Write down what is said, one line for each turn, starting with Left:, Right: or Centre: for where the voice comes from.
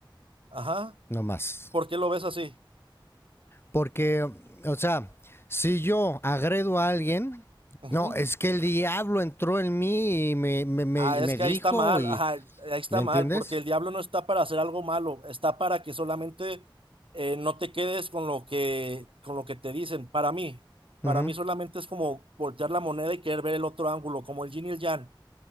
Right: Ajá.
Left: No más.
Right: ¿Por qué lo ves así?
Left: Porque, o sea, si yo agredo a alguien,
Right: Ujú.
Left: no, es que el diablo entró en mí y me, me- me-
Right: Ah,
Left: me
Right: es que
Left: dijo
Right: ahí está mal,
Left: y...
Right: ajá, ahí está
Left: ¿Me entiendes?
Right: mal, porque el diablo no está para hacer algo malo, está para que solamente eh, no te quedes con lo que, con lo que te dicen. Para mí,
Left: Ujú.
Right: para mí solamente es como voltear la moneda y querer ver el otro ángulo, como el yin y el yang.